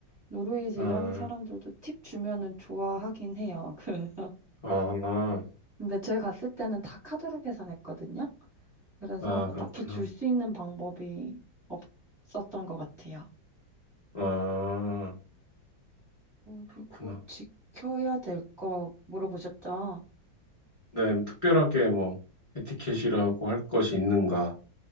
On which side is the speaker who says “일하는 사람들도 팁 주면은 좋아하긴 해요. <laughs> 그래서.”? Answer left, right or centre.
Right